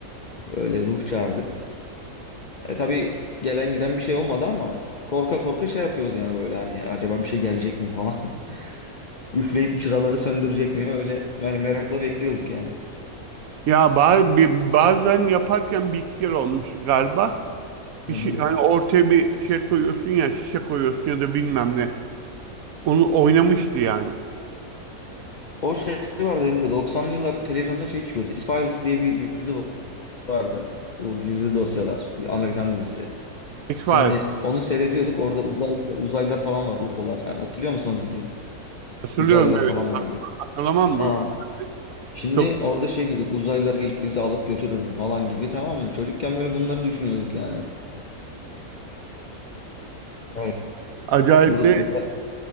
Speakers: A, on the left; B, on the right.
A: Öyle ruh çağırdık. E tabii gelen giden bir şey olmadı ama korka korka şey yapıyoruz yani böyle hani acaba bir şey gelecek mi falan. <laughs> Üfleyip çıraları söndürecek mi öyle yani merakla bekliyorduk yani.
B: Ya ba- bir- bazen yaparken bir iki kere olmuştu galiba.
A: Hı
B: Bir
A: hı.
B: şey hani ortaya bir şey koyuyorsun ya şişe koyuyorsun ya da bilmem ne. Onu oynamıştı yani.
A: O şey vardı Emre 90'lı yıllarda televizyonda şey çıkıyordu. X-Files diye bir dizi vardı. Bu gizli dosyalar. Bir Amerikan dizisi.
B: X-Files.
A: Şimdi onu seyrediyorduk. Orada uzay, uzaylılar falan vardı. UFO'lar. Hani hatırlıyor musun o diziyi?
B: Hatırlıyorum
A: Uzaylılar
B: evet.
A: falan
B: Hat-
A: vardı.
B: Hatırlamam mı?
A: Ha.
B: Yani
A: Şimdi
B: Çok
A: orada şey dedik. Uzaylılar gelip bizi alıp götürür mü falan gibi tamam mı? Çocukken böyle bunları düşünüyorduk yani. Evet.
B: acayip
A: Uza,
B: de
A: uza-